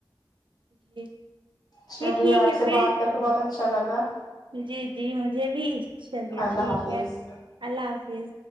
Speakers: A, on the right (about 75°); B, on the left (about 50°).
A: جی
B: چلیے
A: ٹھیک
B: آپ
A: ہے
B: سے
A: پھر
B: بات کر کے بہت اچھا لگا
A: جی جی مجھے بھی چلیے
B: اللہ
A: ٹھیک
B: حافظ
A: ہے اللہ حافظ